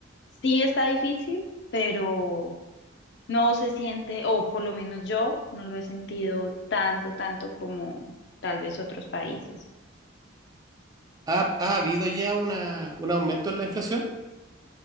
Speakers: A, on the left; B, on the right.
A: sí está difícil, pero no se siente, o por lo menos yo no lo he sentido tanto, tanto como tal vez otros países.
B: ¿Ha, ha habido ya una, un aumento en la inflación?